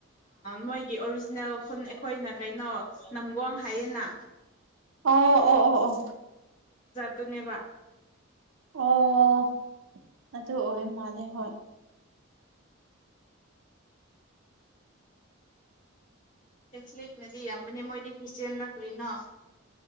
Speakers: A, on the left; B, on the right.
A: ꯃꯣꯏꯒꯤ ꯑꯣꯔꯤꯖꯤꯅꯦꯜ ꯑꯩꯈꯣꯏꯅ ꯀꯩꯅꯣ ꯅꯝꯒꯣꯡ ꯍꯥꯏꯌꯦꯅ
B: ꯑꯣ ꯑꯣ ꯑꯣ ꯑꯣ
A: ꯑꯗꯨꯅꯦꯕ
B: ꯑꯣ ꯑꯗꯨ ꯑꯣꯏ ꯃꯥꯂꯦ ꯍꯣꯏ
A: ꯀꯦꯊꯂꯤꯛꯅꯗꯤ ꯌꯥꯝꯕꯅꯦ ꯃꯣꯏꯗꯤ ꯈ꯭ꯔꯤꯁꯇꯌꯥꯦꯟ ꯂ ꯀ꯭ꯔꯤꯅꯣ